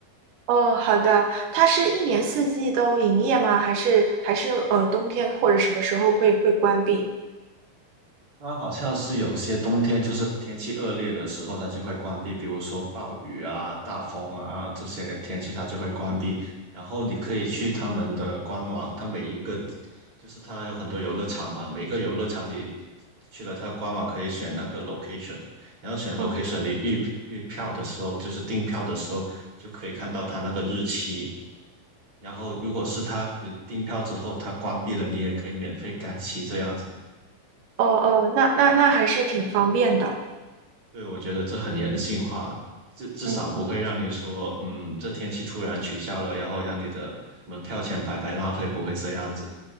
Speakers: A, on the right; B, on the right.
A: 哦，好的。它是一年四季都营业吗？还是还是呃冬天或者什么时候会会关闭？
B: 它好像是有些冬天就是天气恶劣的时候，它就会关闭，比如说暴雨啊、大风啊这些天气，它就会关闭。然后你可以去他们的官网，它每一个就是它有很多游乐场嘛，每个游乐场你去了它官网可以选那个 location，然后选
A: 嗯，
B: location，你预预票的时候就是订票的时候就可以看到它那个日期。然后如果是它呃订票之后它关闭了，你也可以免费改期这样子。
A: 哦哦，那那那还是挺方便的。
B: 对，我觉得这很人性化，至至少不会让你说，
A: 嗯嗯，
B: 嗯，这天气突然取消了，然后让你的门票钱白白浪费，不会这样子。